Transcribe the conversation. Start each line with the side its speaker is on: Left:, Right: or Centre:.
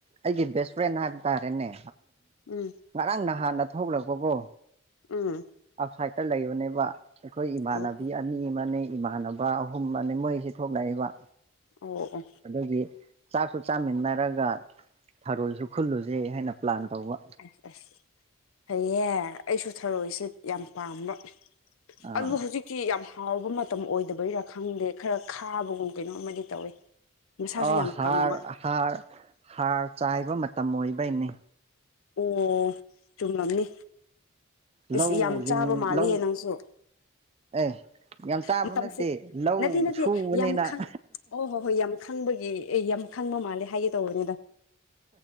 Right: ꯑꯩꯒꯤ ꯕꯦꯁ ꯐ꯭ꯔꯦꯟ ꯍꯥꯏꯕ ꯇꯥꯔꯦꯅꯦ
Left: ꯎꯝ
Right: ꯉꯔꯥꯡ ꯅꯍꯥꯟꯅ ꯊꯣꯛꯂꯛꯄꯒꯣ
Left: ꯎꯝ
Right: ꯑꯥꯎꯠꯁꯥꯏꯗꯠꯇ ꯂꯩꯕꯅꯦꯕ ꯑꯩꯈꯣꯏ ꯏꯃꯥꯟꯅꯕꯤ
Left: ꯑꯣ
Right: ꯑꯅꯤ ꯑꯃꯅꯦ ꯏꯃꯥꯟꯅꯕ ꯑꯍꯨꯝ ꯃꯅꯦ ꯃꯣꯏꯖꯦ ꯊꯣꯛꯂꯛꯑꯦꯕ
Left: ꯑꯣ ꯑꯣ
Right: ꯑꯗꯨꯒꯤ ꯆꯥꯛꯁꯨ ꯆꯥꯃꯤꯟꯅꯔꯒ ꯊꯔꯣꯏꯁꯨ ꯈꯨꯜꯂꯨꯖꯦ ꯍꯥꯏꯅ ꯄ꯭ꯂꯥꯟ ꯇꯧꯕ
Left: ꯑꯁ ꯑꯁ ꯐꯩꯌꯦ ꯑꯩꯁꯨ ꯊꯔꯣꯏꯁꯦ ꯌꯥꯝ ꯄꯥꯝꯕ
Right: ꯑꯥ
Left: ꯑꯗꯨ ꯍꯧꯖꯤꯛ ꯁꯤ ꯌꯥꯝ ꯍꯥꯎꯕ ꯃꯇꯝ ꯑꯣꯏꯗꯕꯩꯔꯥ ꯈꯪꯗꯦ ꯈꯔ ꯈꯥꯕꯒꯨꯝ ꯀꯩꯅꯣꯝꯃꯗꯤ ꯇꯧꯋꯦ ꯃꯁꯥꯁꯨ
Right: ꯑꯣ
Left: ꯌꯥꯝ
Right: ꯍꯥꯔ
Left: ꯀꯪꯕ
Right: ꯍꯥꯔ ꯍꯥꯔ ꯆꯥꯏꯕ ꯃꯇꯝ ꯑꯣꯏꯕꯩꯅꯦ
Left: ꯑꯣ ꯆꯨꯝꯂꯝꯅꯤ
Right: ꯂꯧ
Left: ꯑꯁ ꯌꯥꯝ
Right: ꯂꯤꯡ
Left: ꯆꯥꯕ ꯃꯥꯜꯂꯤꯍꯦ
Right: ꯂꯧ
Left: ꯅꯪꯁꯨ
Right: ꯑꯦ ꯌꯥꯝ ꯆꯥꯕ
Left: ꯃꯇꯝꯁꯦ
Right: ꯅꯠꯇꯦ ꯂꯧ
Left: ꯅꯠꯇꯦ ꯅꯠꯇꯦ
Right: ꯁꯨꯕꯅꯤꯅ
Left: ꯌꯥꯝ ꯈꯪ ꯑꯣ ꯍꯣꯏ ꯍꯣꯏ ꯌꯥꯝ ꯈꯪꯕꯒꯤ ꯑꯦ ꯌꯥꯝ ꯈꯪꯕ ꯃꯥꯜꯂꯦ ꯍꯥꯏꯒꯦ ꯇꯧꯕꯅꯤꯗ